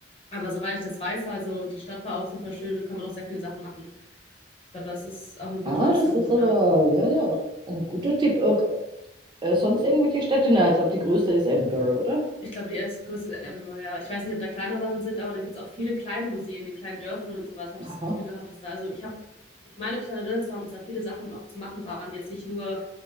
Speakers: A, on the left; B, on the right.
A: Aber soweit ich das weiß, also die Stadt war auch super schön und kann man auch sehr viele Sachen machen. Ich glaube, das ist auch eine gute
B: Ah,
A: Option.
B: das ist aber,
A: Ne?
B: ja, ja, ein guter Tipp. Irg- äh, sonst irgendwelche Städte? Na, ich glaube, die größte ist Edinburgh, oder?
A: Ich glaube, die erste größte ist Edinburgh, ja. Ich weiß nicht, ob da kleinere Sachen sind, aber da gibt es auch viele kleine Museen in kleinen Dörfern und sowas, habe
B: Aha.
A: ich das Gefühl gehabt, dass da, also ich habe, ich meine mich daran erinnert zu haben, dass da viele Sachen auch zu machen waren, die jetzt nicht nur